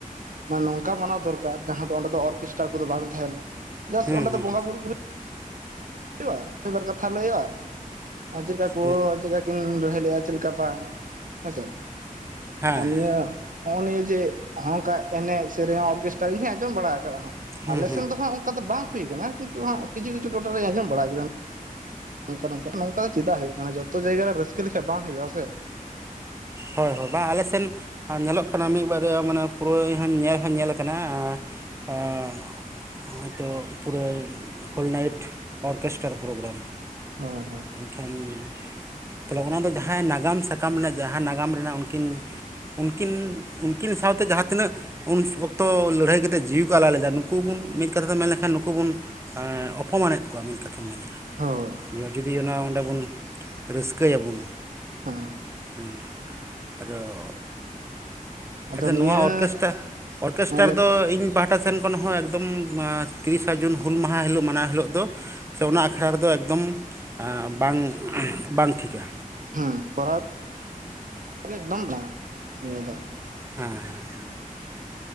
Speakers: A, on the right (about 65°); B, on the right (about 20°).
A: ᱚᱱᱟ ᱱᱚᱝᱠᱟ ᱢᱟᱱᱟᱣ ᱫᱚᱨᱠᱟᱨ ᱡᱟᱦᱟᱸ ᱫᱚ ᱚᱸᱰᱮ ᱫᱚ ᱚᱨᱠᱮᱥᱴᱟᱨ ᱠᱚᱫᱚ ᱵᱟᱝ ᱛᱟᱦᱮᱱᱟ ᱡᱟᱥᱴ
B: ᱦᱩᱸ
A: ᱚᱸᱰᱮ
B: ᱦᱩᱸ ᱦᱩᱸ
A: ᱫᱚ ᱵᱚᱸᱜᱟ
B: ᱦᱩᱸ
A: ᱵᱩᱨᱩ ᱠᱚᱜᱮ᱾ ᱦᱩᱭᱩᱜ ᱢᱤᱫᱵᱟᱨ ᱠᱟᱛᱷᱟ ᱞᱟᱹᱭᱼᱟ ᱟᱨ ᱪᱮᱫ ᱞᱮᱠᱟ ᱠᱚ
B: ᱦᱩᱸ
A: ᱠᱤᱱ ᱞᱟᱹᱲᱦᱚᱭ ᱞᱮᱫᱼᱟ ᱪᱮᱫ ᱞᱮᱠᱟ ᱵᱟᱝ ᱦᱮᱸᱥᱮ
B: ᱦᱮᱸ
A: ᱟᱨ ᱱᱤᱭᱟᱹ᱾
B: ᱦᱮᱸ
A: ᱱᱚᱭᱼᱚᱭ ᱱᱤᱭᱟᱹ ᱡᱮ ᱱᱚ ᱱᱚᱝᱠᱟ ᱮᱱᱮᱡ ᱥᱮᱨᱮᱧ ᱚᱨᱠᱮᱥᱴᱟᱨ ᱤᱧ ᱦᱚᱸ ᱟᱸᱚᱢ ᱵᱟᱲᱟ ᱟᱠᱟᱫ ᱦᱟᱜ
B: ᱦᱩᱸ
A: ᱟᱞᱮ ᱥᱮᱱ ᱫᱚ ᱦᱟᱸᱜ ᱱᱚᱠᱟ ᱫᱚ ᱵᱟᱝ ᱦᱩᱭ ᱠᱟᱱᱟ ᱠᱤᱱᱛᱩ ᱚᱱᱟ ᱠᱤᱪᱷᱩ ᱠᱤᱪᱷᱩ ᱴᱚᱴᱷᱟᱨᱮᱧ ᱟᱸᱡᱚᱢ ᱵᱟᱲᱟ ᱠᱮᱫᱟ ᱱᱚᱝᱠᱟᱝᱠᱟ ᱱᱚᱝᱠᱟ ᱪᱮᱫᱟᱜ ᱦᱩᱭᱩᱜᱭᱟ ᱢᱟᱱᱮ ᱡᱚᱛ ᱡᱜᱟ ᱨᱮ ᱨᱥᱠᱟᱹ ᱞᱮᱠᱷᱮ ᱵᱟᱝ ᱦᱩᱭᱩᱜᱼᱟ ᱥᱮᱸ
B: ᱦᱳᱭ ᱦᱳᱭ ᱵᱟᱝ ᱟᱞᱮ ᱥᱮᱱ ᱟᱨ ᱧᱮᱞᱚᱜ ᱠᱟᱱᱟ ᱢᱤᱫ ᱵᱟᱨ ᱢᱟᱱᱮ ᱯᱩᱨᱟᱹᱧ ᱧᱮᱞ ᱦᱚᱸᱧ ᱧᱮᱞ ᱟᱠᱟᱱᱟ ᱦᱮᱸ ᱦᱚᱶ ᱛᱚ ᱯᱩᱨᱟᱹ ᱦᱳᱞ ᱱᱟᱭᱤᱴ ᱚᱨᱠᱮᱥᱴᱨᱟ ᱯᱨᱳᱜᱨᱟᱢ
A: ᱦᱳᱭ ᱦᱳᱭ
B: ᱠᱷᱟᱞᱤ ᱛᱚᱞᱮ ᱚᱱᱟ ᱫᱚ ᱡᱟᱦᱟᱸᱭ ᱱᱟᱜᱟᱢ ᱥᱟᱠᱟᱢ ᱨᱮᱱᱟᱜ ᱡᱟᱦᱟᱸ ᱱᱟᱜᱟᱢ ᱨᱮᱱᱟᱜ ᱩᱱᱠᱤᱱ ᱩᱱᱠᱤᱱ ᱩᱱᱠᱤᱱ ᱥᱟᱶᱛᱮ ᱡᱟᱦᱟᱸ ᱛᱤᱱᱟᱹᱜ᱾ ᱩᱱ ᱚᱠᱛᱚ ᱞᱟᱹᱲᱦᱟᱹᱭ ᱠᱟᱛᱮᱫ ᱡᱤᱣᱤ ᱠᱚ ᱟᱞᱟᱭ ᱞᱮᱫᱟ ᱱᱩᱠᱩ ᱵᱚᱱ ᱢᱤᱫ ᱠᱟᱛᱷᱟ ᱛᱮ ᱢᱮᱱ ᱞᱮᱠᱷᱟᱱ ᱱᱩᱠᱩ ᱵᱚᱱ ᱦᱮᱸ ᱚᱯᱚᱢᱟᱱᱮᱫ ᱠᱚᱣᱟ ᱢᱤᱫ ᱠᱟᱛᱷᱟᱢ ᱢᱮᱱ ᱞᱮᱠᱷᱟᱱ
A: ᱦᱳᱭ
B: ᱡᱩᱫᱤ ᱚᱱᱟ ᱚᱸᱰᱮ ᱵᱚᱱ ᱨᱟᱹᱥᱠᱟᱹᱭᱟᱵᱚᱱ
A: ᱦᱮᱸ
B: ᱦᱮᱸ ᱟᱫᱚ
A: ᱟᱫᱚ
B: ᱟᱪᱷᱟ
A: ᱱᱤᱭᱟᱹ
B: ᱱᱚᱣᱟ ᱚᱨᱠᱮᱥᱴᱟᱨ ᱚᱨᱠᱮᱥᱴᱟᱨ
A: ᱦᱮᱸ ᱞᱟᱹᱭ ᱢᱮ
B: ᱫᱚ ᱤᱧ ᱯᱟᱦᱴᱟ ᱥᱮᱱ ᱠᱷᱚᱱ ᱦᱚᱸ ᱮᱠᱫᱚᱢ ᱛᱤᱨᱤᱥᱟ ᱡᱩᱱ ᱦᱩᱞ ᱢᱟᱦᱟ ᱦᱤᱞᱳᱜ ᱢᱟᱱᱟᱣ ᱦᱤᱞᱳᱜ ᱫᱚ ᱥᱮ ᱚᱱᱟ ᱟᱠᱷᱲᱟ ᱨᱮᱫᱚ ᱮᱠᱫᱚᱢ ᱵᱟᱝ ᱵᱟᱝ ᱴᱷᱤᱠᱟ᱾
A: ᱦᱮᱸ ᱠᱚᱨᱟᱣ ᱮᱠᱫᱚᱢ ᱵᱟᱝ ᱱᱤᱭᱟᱹ ᱫᱚ
B: ᱦᱮᱸ ᱦᱮᱸ